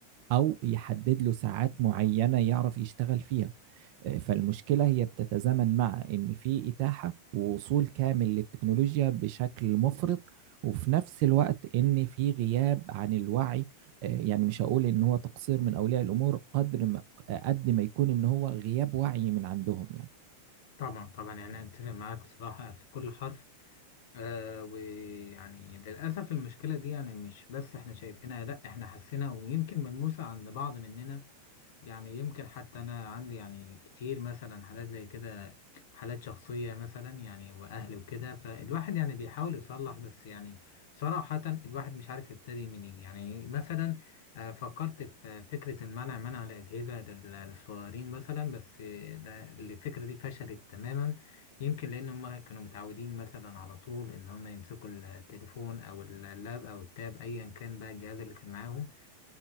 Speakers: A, on the right; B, on the left.
A: أو يحدد له ساعات معينة يعرف يشتغل فيها آه، فالمشكلة هي بتتزامن مع إن في إتاحة ووصول كامل للتكنولوجيا بشكل مفرط وفي نفس الوقت إن في غياب عن الوعي آه، يعني مش هقول إن هو تقصير من أولياء الأمور قدر ما قد ما يكون إن هو غياب وعي من عندهم يعني
B: طبعا طبعا يعني أتفق معاك صراحة في كل حرف آه ويعني للأسف المشكلة دي يعني مش بس إحنا شايفينها لأ إحنا حاسينها ويمكن ملموسة عند بعض مننا يعني يمكن حتى أنا عندي يعني كتير مثلا حالات زي كده حالات شخصية مثلا يعني وأهل وكده فالواحد يعني بيحاول يصلح بس يعني صراحة الواحد مش عارف يبتدي منين يعني مثلا آه، فكرت في فكرة المنع منع الأجهزة لل- للصغيرين مثلا بس آه، ده- الفكرة دي فشلت تماما يمكن لأن هم كانوا متعودين مثلا على طول إن هم يمسكوا التليفون أو اللاب أو التاب أيا كان بقى الجهاز اللي كان معاهم